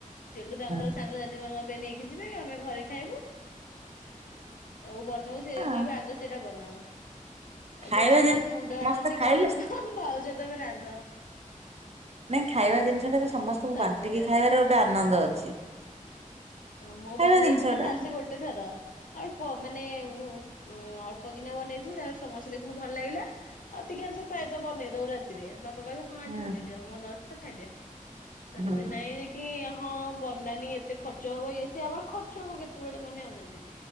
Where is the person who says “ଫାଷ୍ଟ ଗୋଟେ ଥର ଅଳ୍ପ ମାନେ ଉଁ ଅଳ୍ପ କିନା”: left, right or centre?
Left